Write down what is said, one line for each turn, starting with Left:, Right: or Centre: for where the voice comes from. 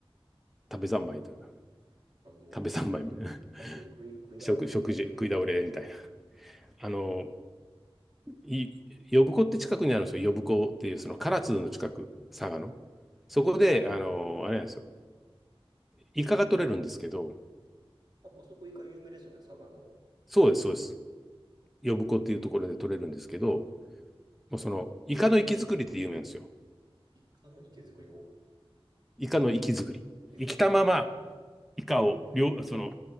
Centre: 食べ三昧というか、
Right: あもう、
Centre: 食べ三昧みたいな。<laughs>
Right: 完全に食い、食い倒れ放題だ。
Centre: 食、食事、食い倒れみたいな。あの、い呼子って近くにあるんですよ。呼子っていう、その唐津の近く、佐賀の。そこで、
Right: はい。
Centre: あの、あれなんですよ。イカが取れるんですけど、
Right: あ、あそこイカ有名ですよね、佐賀の。
Centre: そうです、そうです。呼子っていうところで取れるんですけど、もうその、イカの活き作りって有名なんですよ。
Right: イカの池作り方。
Centre: イカの活き作り。
Right: 池作り。
Centre: 生きたまま、
Right: はい。
Centre: イカを、両、その、